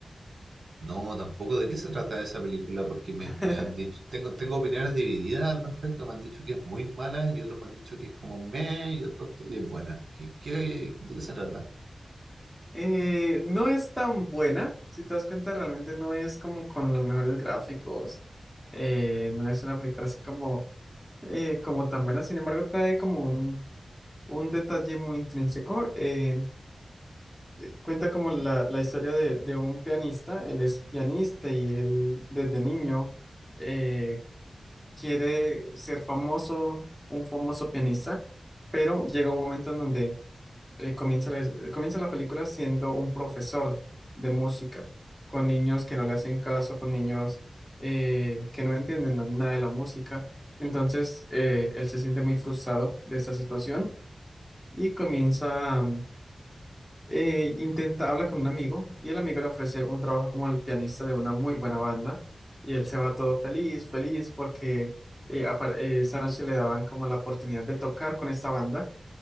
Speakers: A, on the right; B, in the centre.
A: No, tampoco de qué se trata esa película, porque me,
B: <laughs>
A: me han dicho, tengo, tengo opiniones divididas al respecto, me han dicho que es muy mala y otros me han dicho que es como meh y otros que es buena. ¿Qué, qué- de qué se trata?
B: Eh, no es tan buena. Si te das cuenta, realmente no es como con los mejores gráficos. eh, no es una película así como eh, como tan buena, sin embargo, trae como un, un detalle muy intrínseco. eh, cuenta como la, la historia de, de un pianista, él es pianista y él desde niño eh, quiere ser famoso, un famoso pianista, pero llega un momento en donde eh, comienza, la, comienza la película siendo un profesor de música, con niños que no le hacen caso, con niños eh, que no entienden la- nada de la música. Entonces, eh, él se siente muy frustrado de esta situación y comienza, mm, eh, intenta, habla con un amigo y el amigo le ofrece un trabajo como el pianista de una muy buena banda y él se va todo feliz, feliz porque... eh, apar- eh, esa noche le daban como la oportunidad de tocar con esta banda